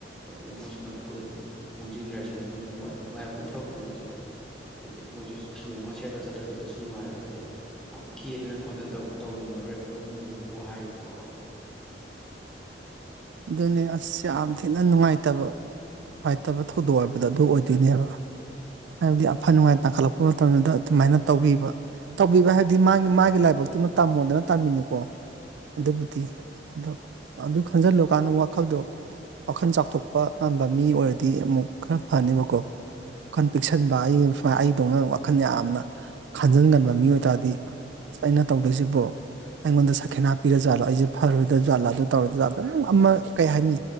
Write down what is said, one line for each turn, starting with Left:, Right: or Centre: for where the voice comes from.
Centre: ꯑꯗꯨꯗꯒꯤ ꯃꯣꯏꯁꯨ ꯅꯝꯐꯨꯗ ꯑꯗꯨꯝ ꯍꯣꯡꯖꯤꯟꯈ꯭ꯔꯦꯁꯤꯅ ꯍꯣꯡꯖꯤꯟꯕ ꯅꯨꯡꯉꯥꯏꯕꯒꯤ ꯊꯕꯛꯇꯤ ꯅꯠꯇꯦꯗ ꯍꯥꯏꯕꯗꯤ ꯃꯣꯏꯁꯨ ꯐꯤ ꯑꯃ ꯁꯦꯠꯇꯂ ꯆꯠꯇꯣꯏꯗꯨꯒꯁꯨ ꯅꯨꯡꯉꯥꯏꯔꯣꯏ ꯑꯗꯤꯩ ꯌꯥꯝ ꯀꯦꯗꯅ ꯈꯣꯠꯇꯅ ꯇꯧꯕꯔꯁꯨ ꯇꯧꯅꯤꯡꯉꯔꯣꯏꯕ ꯏꯃꯨꯡ ꯃꯔꯤ ꯃꯄꯨ ꯍꯥꯏꯔꯤꯕꯀꯣ
Right: ꯑꯗꯨꯅꯤ ꯑꯁ ꯌꯥꯝ ꯊꯤꯅ ꯅꯨꯡꯉꯥꯏꯇꯕ ꯅꯨꯡꯉꯥꯏꯇꯕ ꯊꯧꯗꯣꯛ ꯍꯥꯏꯕꯗꯣ ꯑꯗꯨ ꯑꯣꯏꯗꯣꯏꯅꯦꯕ ꯍꯥꯏꯕꯗꯤ ꯑꯐ ꯅꯨꯡꯉꯥꯏ ꯇꯥꯡꯈꯠꯂꯛꯄ ꯃꯇꯝꯗꯨꯗ ꯑꯗꯨꯃꯥꯏꯅ ꯇꯧꯕꯤꯕ ꯇꯧꯕꯤꯕ ꯍꯥꯏꯕꯗꯤ ꯃꯥꯒꯤ ꯃꯥꯒꯤ ꯂꯥꯏꯕꯛꯇꯨꯅ ꯇꯝꯃꯣꯗꯅ ꯇꯝꯃꯤꯅꯤꯀꯣ ꯑꯗꯨꯕꯨꯗꯤ ꯑ ꯑꯗꯨ ꯈꯟꯖꯤꯜꯂꯨ ꯀꯥꯟꯅ ꯋꯥꯈꯜꯗꯣ ꯋꯥꯈꯜ ꯆꯥꯎꯊꯣꯛꯄ ꯉꯝꯕ ꯃꯤ ꯑꯣꯏꯔꯗꯤ ꯑꯃꯨꯛ ꯈꯔ ꯐꯅꯦꯕꯀꯣ ꯋꯥꯈꯜ ꯄꯤꯛꯁꯟꯕ ꯑꯩꯅ ꯁꯨꯃꯥꯏ ꯑꯩꯗꯧꯅ ꯋꯥꯈꯜ ꯌꯥꯝꯅ ꯈꯟꯖꯤꯟꯒꯟꯕ ꯃꯤꯑꯣ ꯑꯣꯏ ꯇꯔꯗꯤ ꯑꯁ ꯑꯩꯅ ꯇꯧꯗꯣꯏꯁꯤꯕꯨꯣ ꯑꯩꯉꯣꯟꯗ ꯁꯈꯦꯅꯥ ꯍꯥꯞꯄꯤꯔꯥꯖꯥꯠꯂꯣ ꯑꯩꯁꯦ ꯐꯔꯣꯏꯗ ꯖꯥꯠꯂꯣ ꯑꯗꯨ ꯇꯧꯔꯗ ꯖꯥꯠ ꯑꯗꯨꯝ ꯑꯃ ꯀꯩ ꯍꯥꯏꯅꯤ